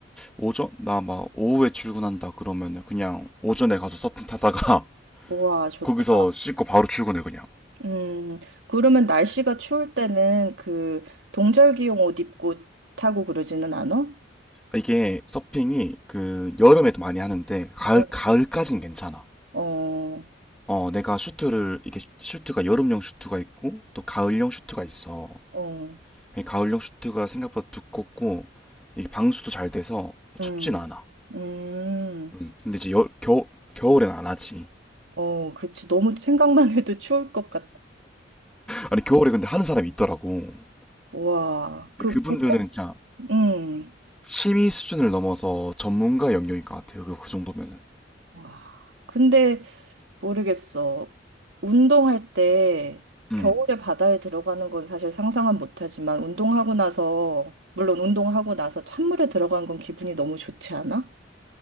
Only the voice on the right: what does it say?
우와,
좋다.
음, 그러면 날씨가 추울 때는 그 동절기용 옷 입고 타고 그러지는 않아?
어,
어,
어,
음,
음,
어, 그치. 너무 생각만 해도 추울 것 같아.
우와, 그
벚꽃,
음,
와. 근데 모르겠어. 운동할 때
겨울에 바다에 들어가는 건 사실 상상은 못하지만 운동하고 나서 물론 운동하고 나서 찬물에 들어간 건 기분이 너무 좋지 않아?